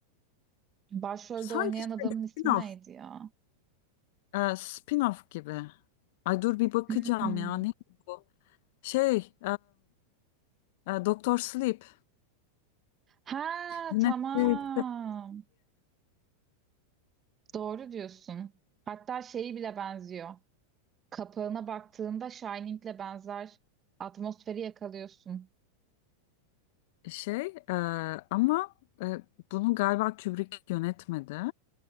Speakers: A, on the right; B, on the left.
A: başrolde
B: sanki
A: oynayan
B: şey,
A: adamın ismi
B: spin-off.
A: neydi ya?
B: Ee, spin-off gibi. Ay dur bir bakacağım
A: Hmm.
B: ya. Neydi bu? Şey, Doktor Sleep.
A: Ha
B: Yine
A: tamam.
B: Evet.
A: Doğru diyorsun. Hatta şeyi bile benziyor. Kapağına baktığında Shining'le benzer atmosferi yakalıyorsun.
B: şey e, ama e, bunu galiba Kubrick yönetmedi.